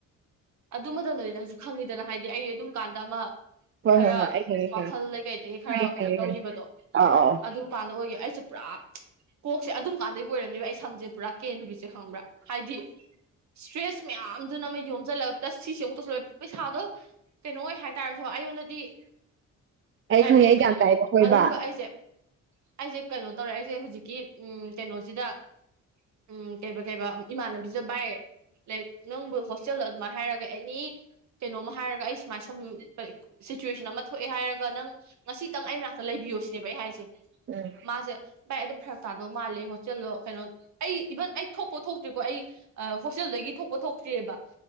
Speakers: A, on the right; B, on the right.
A: ꯑꯗꯨ ꯃꯇꯝꯗꯗꯤ ꯅꯪꯁꯨ ꯈꯪꯉꯤꯗꯅ ꯍꯥꯏꯗꯤ ꯑꯩ ꯑꯗꯨꯝ ꯀꯥꯟꯗ ꯑꯃ
B: ꯍꯣꯏ
A: ꯈꯔ
B: ꯍꯣꯏ ꯍꯣꯏ ꯑꯩ ꯈꯪꯉꯦ
A: ꯋꯥꯈꯜ
B: ꯈꯪꯉꯦ
A: ꯂꯩ ꯀꯩꯗꯒꯤ ꯈꯔ
B: ꯈꯪꯉꯦ
A: ꯀꯩꯅꯣ
B: ꯈꯪꯉꯦ
A: ꯇꯧꯈꯤꯕꯗꯣ
B: ꯈꯪꯉꯦ ꯑꯥ ꯑꯥ ꯑꯥ
A: ꯑꯗꯨꯝꯀꯥꯟꯗ ꯑꯣꯏꯒꯦ ꯑꯩꯁꯨ ꯄꯨꯔꯥ ꯀꯣꯛꯁꯦ ꯑꯗꯨꯝ ꯀꯥꯟꯗꯒꯤ ꯑꯣꯏꯔꯝꯅꯦꯕ ꯑꯩ ꯁꯝꯁꯦ ꯄꯨꯔꯥ ꯀꯦꯟꯔꯤꯁꯦ ꯈꯪꯕ꯭ꯔꯥ ꯍꯥꯏꯗꯤ ꯏꯁꯇ꯭ꯔꯦꯁ ꯃꯌꯥꯝꯗꯨꯅ ꯑꯃ ꯌꯣꯝꯁꯤꯜꯂꯒ ꯄ꯭ꯂꯁ ꯁꯤꯁꯦ ꯑꯃꯨꯛ ꯇꯧꯁꯤꯜꯂꯦ ꯄꯩꯁꯥꯗꯣ ꯀꯩꯅꯣ ꯑꯣꯏ ꯍꯥꯏꯇꯥꯔꯁꯨ ꯑꯩꯉꯣꯟꯗꯗꯤ
B: ꯑꯩ
A: ꯗꯥꯏꯃꯟꯅꯤꯗꯅ
B: ꯈꯪꯉꯦ ꯑꯩ ꯒ꯭ꯌꯥꯟ ꯇꯥꯏꯕ ꯍꯣꯏ
A: ꯑꯗꯨꯒ
B: ꯕꯥ
A: ꯑꯩꯁꯦ ꯑꯩꯁꯦ ꯀꯩꯅꯣ ꯇꯧꯔꯦ ꯑꯩꯁꯦ ꯍꯧꯖꯤꯛꯀꯤ ꯎꯝ ꯀꯩꯅꯣꯁꯤꯗ ꯎꯝ ꯀꯩꯕꯥ ꯀꯩꯕꯥ ꯑꯝ ꯏꯃꯥꯟꯕꯤꯖꯕꯥꯏ ꯂꯥꯏ ꯅꯪꯕꯨ ꯍꯣꯁꯇꯦꯜꯗ ꯑꯗꯨꯃꯥꯏ ꯍꯥꯏꯔꯒ ꯑꯦꯅꯤ ꯀꯩꯅꯣꯝꯃ ꯍꯥꯏꯔꯒ ꯑꯩ ꯁꯨꯃꯥꯏꯟ ꯁꯨ ꯁꯝ ꯁꯤꯆꯨꯋꯦꯁꯟ ꯑꯃ ꯊꯣꯛꯑꯦ ꯍꯥꯏꯔꯒ ꯅꯪ ꯉꯁꯤꯇꯪ ꯑꯩ ꯃꯅꯥꯛꯇ ꯂꯩꯕꯤꯌꯣ ꯁꯤꯅꯦꯕ ꯑꯩ ꯍꯥꯏꯁꯦ
B: ꯎꯝ
A: ꯃꯥꯖꯦ ꯚꯥꯏ ꯑꯗꯨ ꯐꯔꯛ ꯇꯥꯗꯧ ꯃꯥꯜꯂꯦ ꯈꯣꯠꯆꯤꯜꯂꯣ ꯀꯩꯅꯣ ꯑꯩ ꯏꯚꯟ ꯑꯩ ꯊꯣꯛꯄꯧ ꯊꯣꯛꯇ꯭ꯔꯤꯀꯣ ꯑꯩ ꯑ ꯍꯣꯁꯇꯦꯜꯗꯒꯤ ꯊꯣꯛꯄꯧ ꯊꯣꯛꯇ꯭ꯔꯤꯌꯦꯕ